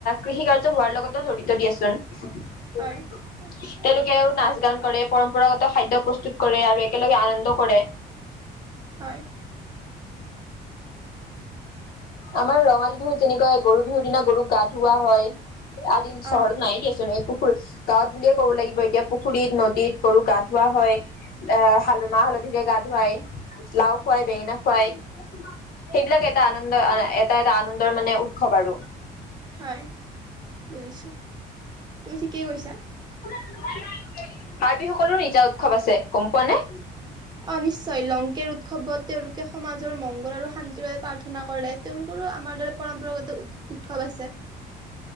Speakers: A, on the left; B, on the right.
A: কৃষি কাৰ্য হোৱাৰ লগতও জড়িত দিয়াচোন তেওঁলোকেও
B: হয় আচ্ছা
A: নাচ গান কৰে পৰম্পৰাগত খাদ্য প্ৰস্তুত কৰে আৰু একেলগে আনন্দ কৰে
B: হয়
A: আমাৰ ৰঙালী বিহুত যেনেকৈ গৰু বিহুৰ দিনা গৰুক গা ধুওৱা হয় আজি কালি চহৰত
B: অ
A: নাইদিয়া। এই পুখুৰী, গাঁৱত বুলিয়ে ক'ব লাগিব এতিয়া পুখুৰীত নদীত গৰু গা ধোৱা হয়। আহ হাল মাহ হালধিৰে গা ধুৱাই, লাও খুৱাই, বেঙেনা খুৱাই সেইবিলাক এটা আনন্দ এটা এটা আনন্দৰ মানে উৎসৱ আৰু
B: হয় বুজিছো তুমি ঠিকেই কৈছা
A: কাৰ্বি সকলো নিজা উৎসৱ আছে গম পোৱা নে?
B: অ নিশ্চয় লংকেৰ উৎসৱত তেওঁলোকে সমাজৰ মংগল আৰু শান্তিৰ বাবে প্ৰাৰ্থনা কৰে। তেওঁলোকৰো আমাৰ দৰে পৰম্পৰাগত উ উৎসৱ আছে।